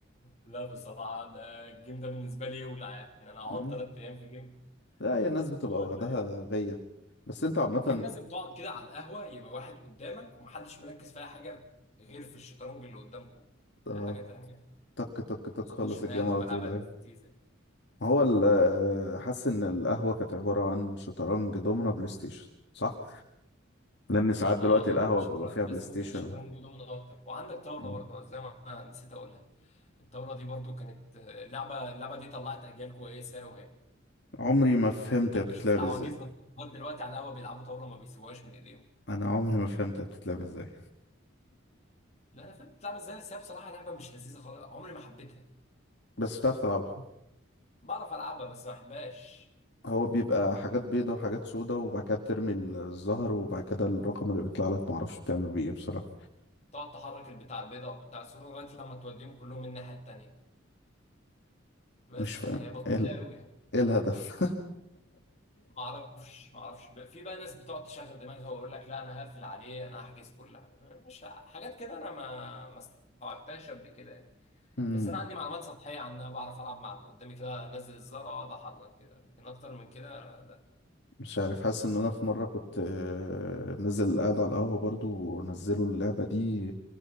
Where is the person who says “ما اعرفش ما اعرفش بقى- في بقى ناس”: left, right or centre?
Left